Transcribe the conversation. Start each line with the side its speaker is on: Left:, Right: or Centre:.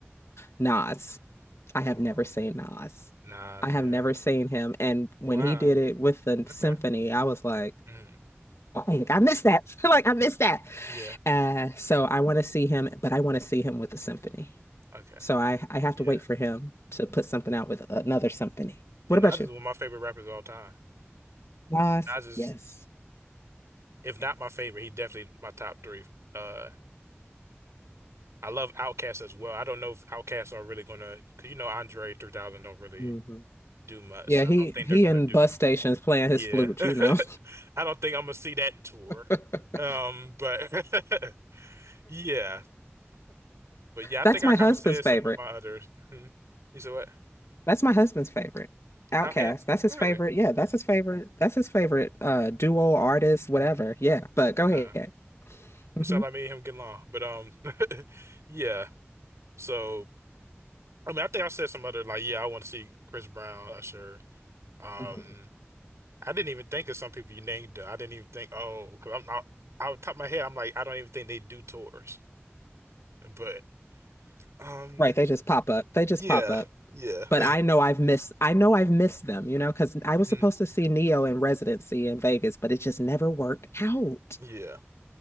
Left: Nas. I have
Right: Oh,
Left: never seen Nas.
Right: Nas.
Left: I have
Right: Yeah.
Left: never seen him. And when
Right: Wow.
Left: he did it with the symphony,
Right: Okay.
Left: I was like,
Right: Mm.
Left: oh, I missed that. <laughs> Like I missed that.
Right: Yeah.
Left: Uh, so I want to see him, but I want to see him with a symphony.
Right: Okay.
Left: So I, I have
Right: Yeah.
Left: to wait for him to put something out with another symphony.
Right: Yeah.
Left: What
Right: Nas
Left: about you?
Right: is one of my favorite rappers of all time.
Left: Nas,
Right: Nas is,
Left: yes.
Right: if not
Left: Yes.
Right: my favorite, he definitely my top three. Uh, I love Outkast as well. I don't know if Outkast are really gonna, cause you know Andre 3000 don't really
Left: hmm
Right: do much.
Left: Yeah,
Right: So
Left: he
Right: I don't think
Left: he
Right: they're gonna
Left: in
Right: do.
Left: bus stations playing
Right: Yeah,
Left: his flute,
Right: <laughs>
Left: you know.
Right: I don't think I'm gonna see that tour.
Left: <laughs>
Right: Um, but <laughs> yeah, but yeah, I
Left: That's
Right: think I
Left: my
Right: kind
Left: husband's
Right: of said
Left: favorite.
Right: some of my others. Hmm. You said what?
Left: That's my husband's favorite. Outcast.
Right: Outkast?
Left: That's his
Right: Oh, really?
Left: favorite. Yeah, that's his favorite. That's his favorite uh duo artist, whatever.
Right: Hmm.
Left: Yeah, but go
Right: Huh.
Left: ahead. hmm
Right: It sounded like me and him getting along, but um, <laughs> yeah. So I mean, I think I said some other like, yeah, I want to see Chris Brown, Usher. Um.
Left: hmm
Right: I didn't even think of some people you named. though. I didn't even think, oh, because I'm out out the top of my head, I'm like, I don't even think they do tours. But um,
Left: Right, they just pop up. They just
Right: yeah,
Left: pop up.
Right: yeah, <laughs>
Left: but I know I've missed I know I've missed them, you know, because I was
Right: Mm,
Left: supposed to see Neo in residency in Vegas, but it just never worked out.
Right: yeah,